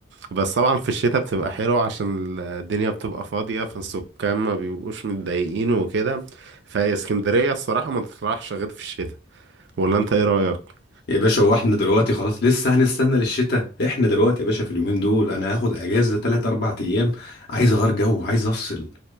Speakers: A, on the right; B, on the left.
A: بس طبعا في الشتاء بتبقى حلوة عشان الدنيا بتبقى فاضية فالسكان ما بيبقوش متضايقين وكده فاسكندرية الصراحة ما تطرحش غير في الشتاء ولا انت ايه رأيك؟
B: يا باشا هو احنا دلوقتي خلاص لسه هنستنى للشتاء احنا دلوقتي يا باشا في اليومين دول انا هاخد اجازه 3 4 ايام عايز اغير جو عايز افصل